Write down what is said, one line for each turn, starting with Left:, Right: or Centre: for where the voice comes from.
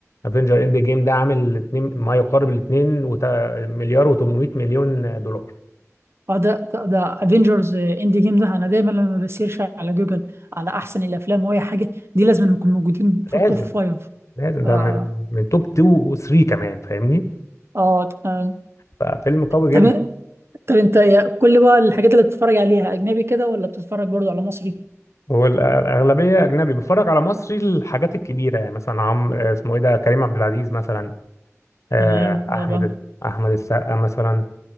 Left: افنجر اند جيم ده عامل اتنين ما يقارب الاتنين وت... مليار و800 مليون دولار
Right: آه، ده ده, ده افنجرز اند جيم ده انا دايما لما بسيرش على جوجل على احسن الافلام واي حاجه دي لازم نكون موجودين في
Left: لازم
Right: التوب فايف
Left: لازم
Right: اه
Left: ده من, من توب 2 و3 كمان فاهمني
Right: اه تمام
Left: ففيلم قوي
Right: طب
Left: جدا
Right: طب انت يا- كل بقى الحاجات اللي بتتفرج عليها اجنبي كده ولا بتتفرج برضو على مصري
Left: والأغلبية أجنبي بتفرج على مصري الحاجات الكبيرة يعني مثلا عم اسمه إيه ده كريم عبد العزيز مثلا آه،
Right: تمام
Left: أحمد
Right: طبعا
Left: أحمد السقا مثلا